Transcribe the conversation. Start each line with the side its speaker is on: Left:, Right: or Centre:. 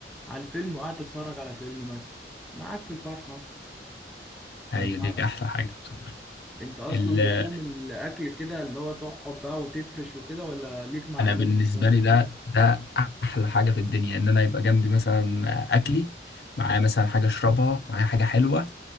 Centre: على الفيلم وقعدت تتفرج على فيلم مثلا معاك في الفرحه
Left: هي
Centre: فأنا مع-
Left: دي احلى حاجه بصراحه
Centre: انت اصلا
Left: ال-
Centre: بتعمل اكل كده اللي هو تقعد بقى وتفرش وكده ولا ليك مع
Left: انا
Centre: العيله
Left: بالنسبه
Centre: خلاص
Left: لي ده ده احلى حاجه في الدنيا ان انا يبقى جنبي مثلا اكلي معايا مثلا حاجه اشربها معايا حاجه حلوه